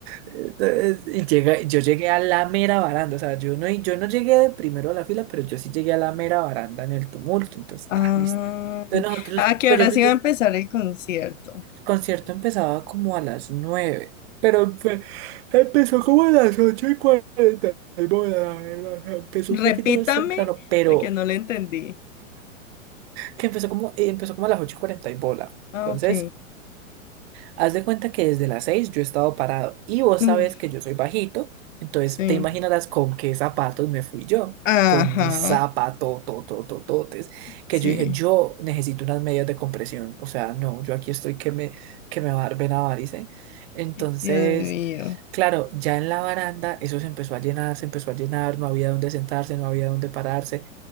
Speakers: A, on the right (about 45°); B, on the left (about 65°).
A: Entonces, y llega, yo llegué a la mera baranda, o sea, yo no, yo no llegué de primero a la fila, pero yo sí llegué a la mera baranda en el tumulto, entonces,
B: Ay.
A: está listo. Entonces nosotros,
B: ah, que
A: pues
B: ahora
A: yo fui,
B: sí va a empezar el concierto?
A: concierto empezaba como a las nueve, pero fue- empezó como a las ocho y cuarenta. y bola, o sea, Empezó
B: Repítame,
A: un poquito más temprano, pero
B: de que no le entendí.
A: que empezó como, eh, empezó como a las ocho y cuarenta y bola.
B: Ah,
A: Entonces,
B: ok.
A: Haz de cuenta que desde las seis yo he estado parado y vos
B: Uf,
A: sabes que yo soy bajito, entonces
B: sí.
A: te imaginarás con qué zapatos me fui yo,
B: Ajá,
A: con mis zapatototototes, que
B: sí.
A: yo dije, yo necesito unas medias de compresión, o sea, no, yo aquí estoy que me, que me va a dar vena varice. Entonces,
B: Dios mío.
A: claro, ya en la baranda eso se empezó a llenar, se empezó a llenar, no había dónde sentarse, no había dónde pararse